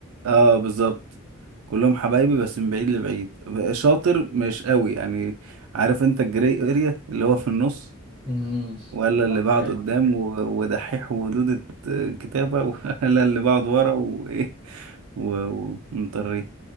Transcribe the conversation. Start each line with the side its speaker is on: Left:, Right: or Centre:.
Right: اه بالظبط كلهم حبايبي بس من بعيد لبعيد شاطر مش قوي يعني عارف انت الجري اريا اللي هو في النص
Centre: امم
Right: ولا اللي
Centre: فاهمك
Right: بقعد
Centre: ايوه
Right: قدام و- ودحيح ودودة كتابة <laughs> ولا اللي بقعد ورا وايه و- ومطريه